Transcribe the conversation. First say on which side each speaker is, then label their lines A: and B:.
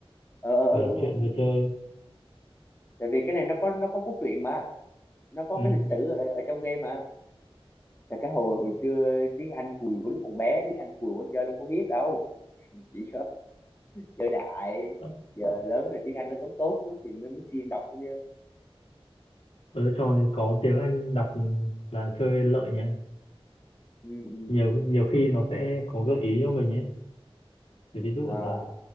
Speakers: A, on the left; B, on the left.
A: ờ ờ ờ,
B: vừa đọc
A: đúng
B: truyện
A: không
B: vừa chơi
A: tại vì cái này nó có nó có cốt truyện mà nó có
B: ừ.
A: cái lịch sử ở, ở trong game mà là cái hồi hồi xưa tiếng Anh cùi của lúc còn bé tiếng Anh cùi của chơi nó có biết đâu chỉ giờ đại
B: ờ,
A: giờ lớn rồi tiếng Anh nó tốt tốt chút thì mới mới siêng đọc chứ
B: ờ, trò này có tiếng Anh đọc là chơi lợi nha
A: ừ, ừ.
B: nhiều nhiều khi nó sẽ có gợi ý cho mình ấy Thì ví dụ
A: à,
B: là